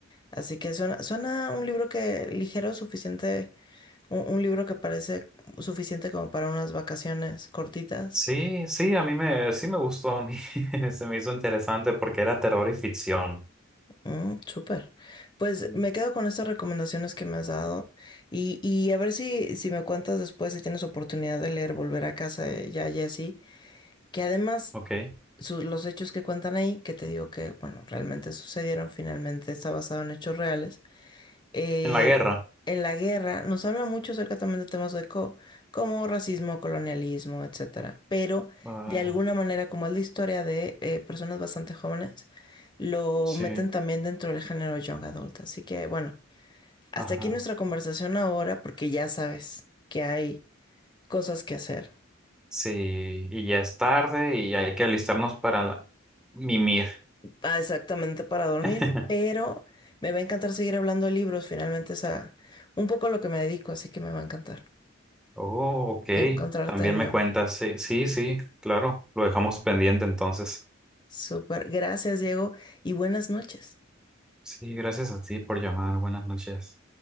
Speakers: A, on the left; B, in the centre.
A: Así que suena, suena un libro que ligero, suficiente, un, un libro que parece suficiente como para unas vacaciones cortitas.
B: Sí, sí, a mí me, sí me gustó, a mí <laughs> se me hizo interesante porque era terror y ficción.
A: Mm, súper. Pues
B: Mm,
A: me quedo con estas recomendaciones que me has dado y, y a ver si, si me cuentas después si tienes oportunidad de leer Volver a casa de ya Jessy, que además
B: Ok. En
A: sus- los hechos que cuentan ahí, que te digo que, bueno, realmente sucedieron, finalmente está basado en hechos reales. eh,
B: la guerra.
A: en la guerra nos habla mucho acerca también de temas de co- como racismo, colonialismo, etcétera. Pero
B: Ay,
A: de alguna manera, como es la historia de eh, personas bastante jóvenes, lo
B: sí.
A: meten también dentro del género young adult. Así que bueno, hasta
B: Ajá.
A: aquí nuestra conversación ahora, porque ya sabes que hay cosas que hacer.
B: Sí, y ya es tarde y hay que alistarnos para la- mimir.
A: Ah, exactamente para dormir,
B: <laughs>
A: pero me va a encantar seguir hablando de libros. Finalmente es a un poco a lo que me dedico, así que me va a encantar
B: Oh, ok.
A: encontrarte
B: También
A: de nuevo.
B: me cuentas. Sí, sí, sí, claro. Lo dejamos pendiente entonces.
A: Súper. Gracias, Diego, y buenas noches.
B: Sí, gracias a ti por llamar. Buenas noches.